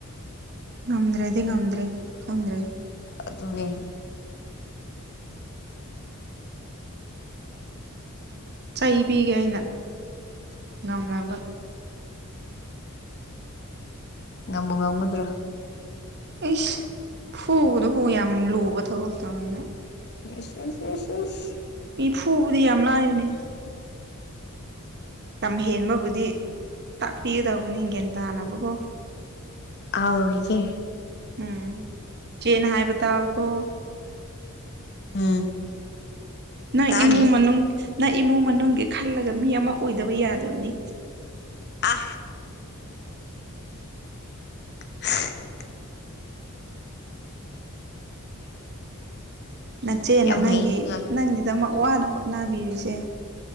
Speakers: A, on the right; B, on the left.
A: ꯉꯝꯗ꯭ꯔꯗꯤ ꯉꯝꯗ꯭ꯔꯦ ꯈꯪꯗ꯭ꯔꯦ
B: ꯑꯗꯨꯅꯦ
A: ꯆꯩ ꯄꯤꯒꯦ ꯑꯩꯅ ꯉꯝꯅꯕ
B: ꯉꯝꯕꯨ ꯉꯝꯒꯗ꯭ꯔꯥ
A: ꯑꯩꯁ ꯐꯨꯕꯗꯕꯨ ꯌꯥꯝ ꯂꯨꯕ ꯊꯕꯛꯛꯇꯧꯅ
B: <unintelligible>
A: ꯃꯤ ꯐꯨꯕꯗ ꯌꯥꯝ ꯂꯥꯏꯕꯅꯦ ꯂꯝ ꯍꯦꯟꯕꯕꯨꯗꯤ ꯇꯥꯛꯄꯤꯒꯗꯧꯕꯅꯤ ꯒ꯭ꯌꯥꯟ ꯇꯥꯅꯕꯀꯣ
B: ꯑꯥꯎ ꯏꯆꯦ
A: ꯎꯝ ꯆꯦꯅ ꯍꯥꯏꯕ ꯇꯥꯑꯣ ꯀꯣ
B: ꯎꯝ
A: ꯅꯪ
B: ꯇꯥꯅꯤ
A: ꯏꯃꯨꯡ ꯃꯅꯨꯡ ꯅꯪ ꯏꯃꯨꯡ ꯃꯅꯨꯡꯒꯤ ꯈꯜꯂꯒ ꯃꯤ ꯑꯃ ꯑꯣꯏꯗꯕ ꯌꯥꯗꯕꯅꯤ
B: ꯑ <unintelligible>
A: ꯅꯠꯆꯦꯅ
B: ꯌꯥꯝ
A: ꯅꯪꯒꯤ
B: ꯍꯩꯀꯣ
A: ꯅꯪꯒꯤꯗꯃꯛ ꯋꯥꯅ ꯍꯣꯠꯅꯕꯤꯔꯤꯁꯦ